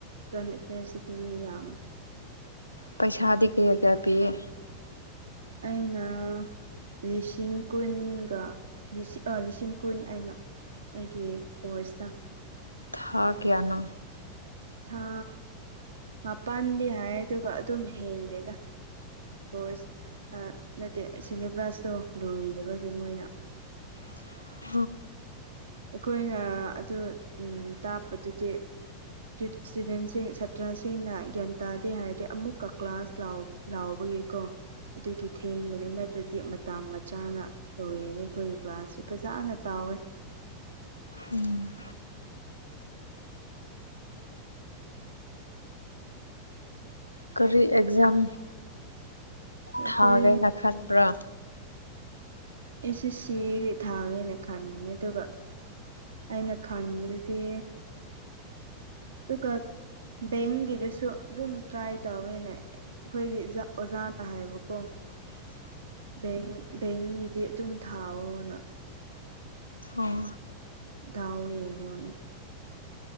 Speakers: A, on the right (about 70°); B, on the left (about 80°).
A: ꯀ꯭ꯔꯟ ꯑꯦꯐꯤꯌꯔꯁꯇꯗꯤ ꯃꯤ ꯌꯥꯝꯃꯦ
B: ꯄꯩꯁꯥꯗꯤ ꯀꯩꯌꯥ ꯀꯩꯌꯥ ꯄꯤꯔꯦ
A: ꯑꯩꯅ ꯂꯤꯁꯤꯡ ꯀꯨꯟꯒ ꯂꯤꯁꯤꯡ ꯀꯨꯟ ꯑꯩꯅ ꯑꯩꯒꯤ ꯀꯣꯔꯁꯇ
B: ꯊꯥ ꯀꯌꯥꯅꯣ
A: ꯊꯥ ꯃꯥꯄꯟꯗꯤ ꯍꯥꯏ ꯑꯗꯨꯒ ꯑꯗꯨꯝ ꯍꯦꯜꯂꯦꯗ ꯀꯣꯔꯁ ꯅꯠꯇꯦ ꯁꯤꯂꯦꯕꯁꯇꯣ ꯂꯣꯏꯗꯕꯒꯤ ꯃꯣꯏꯅ
B: <inaudible>
A: ꯑꯩꯈꯣꯏꯅ ꯑꯗꯨ ꯇꯥꯞꯄꯗꯨꯗꯤ ꯏꯁꯇꯨꯗꯦꯟꯁꯤꯡ ꯁꯥꯇ꯭ꯔꯁꯤꯡꯅ ꯒ꯭ꯌꯥꯟ ꯇꯥꯗꯦ ꯍꯥꯏꯔꯗꯤ ꯑꯃꯨꯛꯀ ꯀ꯭ꯂꯥꯁ ꯂꯥꯎ ꯂꯥꯎꯕꯒꯤ ꯀꯣ ꯑꯗꯨꯒꯤ ꯊꯦꯡꯕꯅꯤ ꯅꯠꯇ꯭ꯔꯗꯤ ꯃꯇꯝꯒ ꯆꯥꯥꯅ ꯂꯣꯏꯔꯦꯅꯤ ꯑꯩꯈꯣꯏꯒꯤ ꯒ꯭ꯂꯥꯁꯁꯦ ꯐꯖꯅ ꯇꯥꯎ ꯋꯦ
B: ꯎꯝ ꯀꯔꯤ ꯑꯦꯛꯖꯥꯝ
A: ꯑꯩꯈꯣꯏ
B: ꯊꯥꯒꯦꯅ ꯈꯟꯕ꯭ꯔꯥ
A: ꯑꯦꯁꯦ ꯁꯤ ꯊꯥꯅꯦꯅ ꯈꯟꯅꯕꯅꯦ ꯑꯗꯨꯒ ꯑꯩꯅ ꯈꯟꯕꯗꯗꯤ ꯇꯨꯀꯥ ꯕꯦꯡꯒꯤꯗꯨꯁꯨ ꯑꯗꯨꯝ ꯇ꯭ꯔꯥꯏ ꯇꯧꯋꯦꯅꯦ ꯑꯩꯈꯣꯏꯒꯤ ꯑꯣꯖꯥꯅ ꯍꯥꯏꯕꯀꯣ
B: <inaudible>
A: ꯕꯦꯡ ꯕꯦꯡꯒꯤꯗꯤ ꯑꯗꯨꯝ ꯊꯥꯎꯑꯣꯅ
B: ꯑꯣ
A: ꯗꯥꯎ ꯌꯦꯡꯉꯣꯅ